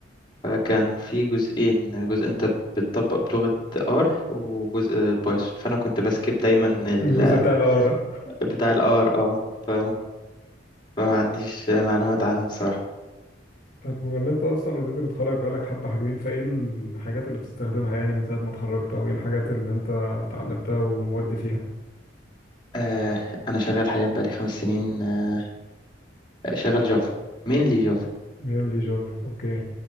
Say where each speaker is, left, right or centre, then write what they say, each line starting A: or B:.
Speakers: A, on the left (about 25°); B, on the left (about 50°).
A: فكان في جزئين جزء أنت بتطبق بلغة R وجزء بايثون فأنا كنت بسكيب دايما ال-
B: الجزء بتاع الار
A: بتاع ال R اه ف- فما عنديش معلومات عنها بصراحة
B: طيب بما ان انت اصلا اوريدي متخرج بقالك حبة حلوين فايه الحاجات اللي بتستخدمها يعني من ساعة ما اتخرجت او ايه الحاجات اللي انت اتعلمتها ومودي فيها
A: آه، أنا شغال حاليا بقالي خمس سنين آه، شغال جافا مين لي جافا
B: مين اللي جافا اوكي